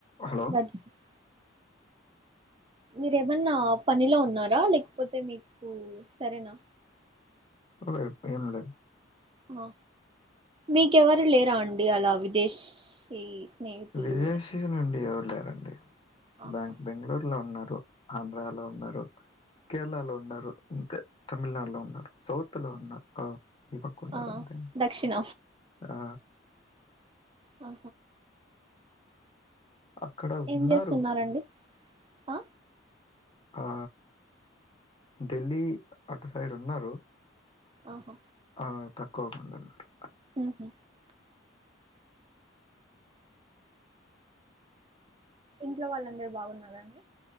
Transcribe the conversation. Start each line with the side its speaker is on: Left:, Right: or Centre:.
Left: Hello
Right: <inaudible> మీరేమన్నా పనిలో ఉన్నారా లేకపోతే మీకు సరేనా
Left: ఇప్పుడేం లే
Right: హా మీకెవరు లేరా అండి అలా విదేశ ఈ స్నేహితులు
Left: విదేశీ నుండి ఎవరు లేరండి
Right: ఆహా
Left: బ్యాంగ్ బెంగళూరు లో ఉన్నారు ఆంధ్రాలో ఉన్నారు కేరళలో ఉన్నారు అంతే తమిళనాడులో ఉన్నారు సౌత్ లో ఉన్న ఆ ఈ పక్క ఉన్నారంతే
Right: ఆ దక్షిణ
Left: ఆ
Right: ఆ
Left: అక్కడ ఉన్నారు
Right: ఏం చేస్తున్నారండి ఆ
Left: ఆ ఢిల్లీ అటు సైడ్ ఉన్నారు
Right: ఆహ
Left: ఆ తక్కువ ఉందన్నమాట
Right: ఆహ ఇంట్లో వాళ్ళందరూ బాగున్నారా అండి